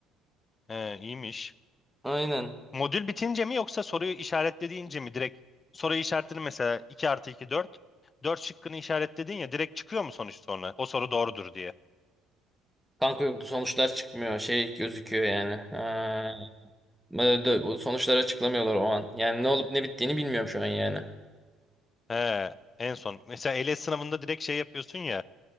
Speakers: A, on the left; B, in the centre.
A: E, iyiymiş.
B: Aynen.
A: Modül bitince mi yoksa soruyu işaretlediğince mi direkt soruyu işaretledin mesela 2 artı 2 4. 4 şıkkını işaretledin ya direkt çıkıyor mu sonuç sonra? O soru doğrudur diye.
B: Kanka yoktu sonuçlar çıkmıyor şey gözüküyor yani. Ha, böyle bu sonuçları açıklamıyorlar o an. Yani ne olup ne bittiğini bilmiyorum şu an yani.
A: He, en son. Mesela ALES sınavında direkt şey yapıyorsun ya.